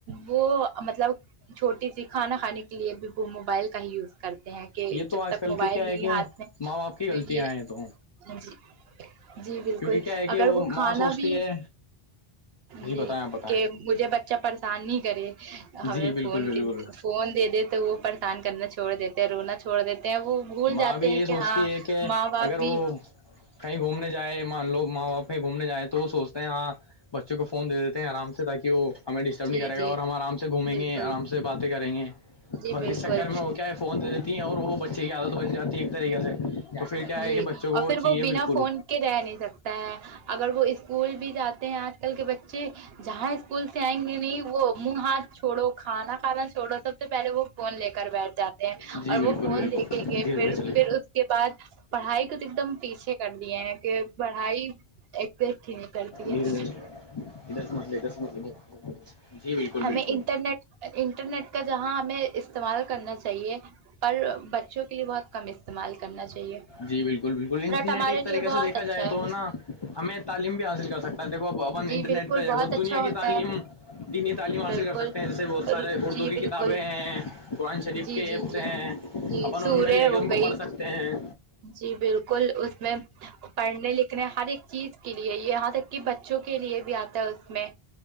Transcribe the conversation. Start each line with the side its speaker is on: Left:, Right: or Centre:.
Right: وہ مطلب چھوٹی سی کھانا کھانے کے لیے بھی وہ موبائل کا ہی یوز کرتے ہیں کہ
Left: یہ تو
Right: جب
Left: آج
Right: تک
Left: کل
Right: موبائل
Left: کے کیا
Right: نہیں
Left: ہے کہ
Right: ہاتھ میں
Left: ماں باپ کی
Right: یہ
Left: غلطیاں ہیں تو
Right: جی جی بالکل
Left: کیونکہ کیا ہے کہ
Right: اگر وہ
Left: ماں
Right: کھانا
Left: سوچتی
Right: بھی
Left: ہے
Right: جی
Left: بتائیں آپ بتائیں
Right: کہ مجھے بچہ پریشان نہیں کرے ہمیں
Left: جی بالکل
Right: فون
Left: بالکل
Right: کی فون دے دیتے وہ پریشان کرنا چھوڑ دیتے ہیں رونا چھوڑ دیتے ہیں وہ بھول
Left: ماں
Right: جاتے
Left: بھی
Right: ہیں
Left: یہی
Right: کہ
Left: سوچتی
Right: ہاں
Left: ہے کہ
Right: ماں باپ
Left: اگر
Right: بھی
Left: وہ کہیں گھومنے جائے مان لوگ ماں باپ کہیں گھومنے جائیں تو وہ سوچتے ہیں ہاں بچوں کو فون دے دیتے ہیں آرام سے تاکہ وہ ہمیں ڈسٹرب نہیں
Right: جی
Left: کرے
Right: جی
Left: گا اور ہم آرام سے گھومیں
Right: بالکل
Left: گے آرام سے باتیں کریں گے
Right: جی
Left: بس
Right: بالکل
Left: اس چکر میں وہ کیا ہے فون دے دیتی ہیں اور وہ بچے کی عادت بن جاتی ہے ایک طریقے سے تو پھر کیا
Right: جی
Left: ہے کہ بچوں کو
Right: اور
Left: وہ
Right: پھر
Left: چاہیے
Right: بنا
Left: بالکل
Right: فون کے رہ نہیں سکتا ہے اگر وہ اسکول بھی جاتے ہیں آج آج کل کے بچے جہاں اسکول سے آئیں گے نہیں وہ منہ ہاتھ چھوڑو کھانا کھانا چھوڑو سب سے پہلے وہ فون لے کر بیٹھ جاتے ہیں
Left: جی
Right: اور
Left: بالکل
Right: وہ فون
Left: بالکل
Right: دیکھیں گے
Left: دھیرے
Right: پھر
Left: دھیرے چلے
Right: پھر اس کے بعد پڑھائی کو تو ایک دم پیچھے کر دیے ہیں کہ پڑھائی ایک پھی نکلتی ہےس
Left: دھیرے دھیرے ادھر سےمجل ادھر سے مجل جی بالکل
Right: ہمیں
Left: بالکل
Right: انٹرنیٹ انٹرنیٹ کا جہاں ہمیں استعمال کرنا چاہیے پر بچوں کے لیے بہت کم استعمال کرنا چاہیے
Left: جی بالکل بالکل انٹرنیٹ
Right: ہمارے
Left: ایک طریقے
Right: لیے
Left: سے
Right: بہت
Left: دیکھا
Right: اچھا
Left: جائے تو
Right: ہے
Left: نا ہمیں تعلیم بھی حاصل کر سکتے دیکوپ اپن
Right: جی
Left: انٹرنیٹ
Right: بالکل
Left: پہ
Right: بہت
Left: دیکھو
Right: اچھا
Left: دنیا کی
Right: ہوتا
Left: تعلیم
Right: ہے
Left: تین تعم حاصل
Right: بالکل
Left: کر سکتے ہیں جیسے بہت سارے اردو
Right: جی
Left: کی ک
Right: بالکل
Left: کتابیں ہیں قرآن شریف
Right: جی
Left: کے
Right: جی
Left: ایپس
Right: جی
Left: ہیں
Right: جی
Left: ان
Right: سورہ
Left: ان میں لے کے
Right: ہو
Left: ان کو
Right: گئی
Left: پڑھ سکتے ہیں
Right: جی بالکل اس میں پڑھنے لکھنے ہر ایک چیز کے لیے یہ یہاں تک کہ بچ بچوں کے لیے بھی آتا ہے اس میں